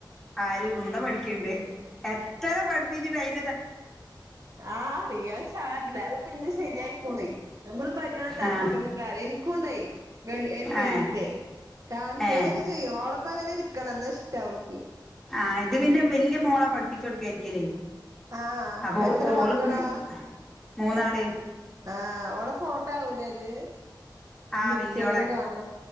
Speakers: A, in the centre; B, on the right.
A: ആര് കുന്തം പഠിക്ക്ൺണ്ട് എത്ര പഠിപ്പിച്ചിട്ട് അയി
B: ആടീ അയ് ശാരല്ല അയ് പിന്ന ശരിയായ്ക്കോളൊ നമ്മള് പറ്റണ തച്ചിട്ടൊ
A: ആ
B: ഒന്നും കയറി എനിക്കുംണ്ടായി എൽ കെ
A: ഏ
B: ജീത്തെ കാൺസേനയൊക്കെ
A: ഏ
B: ചെയ്യും ളപ്പ അങ്ങനെ ഇരിക്കണം എന്നന്നാ ഇഷ്ട അവൾക്ക്
A: ആഹ ഇത് പിന്നെ വല്യ മോള പഠട്ടിച്ച കൊടുക്കായിരിക്കല്ലേ
B: ആഹ്
A: അപ്പൊ
B: എത്ര
A: ഓള്ക്ക്
B: മക്കളാ
A: മൂന്നാള്
B: ആഹ് ഓള ഫോട്ടോ ആവൂലേ അത്
A: ആ
B: പിക്ചറില്
A: വല്യോളെ
B: കാണ